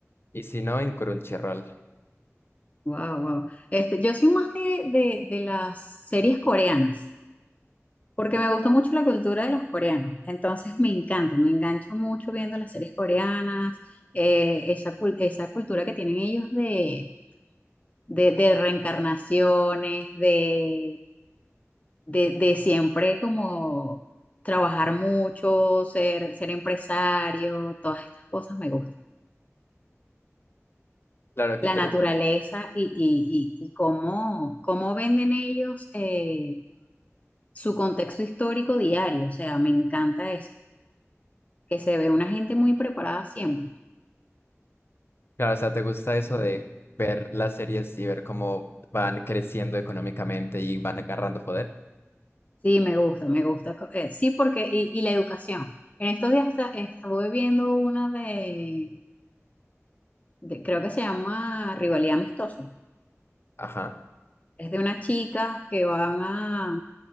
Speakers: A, on the left (about 50°); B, on the left (about 30°).
A: Y si no, en Crunchyroll.
B: Wow, wow. Este, yo soy más de, de, de las series coreanas. Porque me gusta mucho la cultura de los coreanos, entonces me encanta, me engancho mucho viendo las series coreanas, eh, esa, cul- esa cultura que tienen ellos de, de, de reencarnaciones, de, de, de siempre como trabajar mucho, ser, ser empresario, todas estas cosas me gustan.
A: Claro, qué
B: La
A: interesante.
B: naturaleza y, y, y, y cómo, cómo venden ellos eh, su contexto histórico diario, o sea, me encanta eso. que se ve una gente muy preparada siempre.
A: Claro, o sea, ¿te gusta eso de ver las series y ver cómo van creciendo económicamente y van agarrando poder?
B: Sí, me gusta, me gusta. co- eh, sí, porque, y, y la educación. En estos días esta- estuve viendo una de, de- creo que se llama Rivalidad Amistosa.
A: Ajá.
B: Es de unas chicas que van a,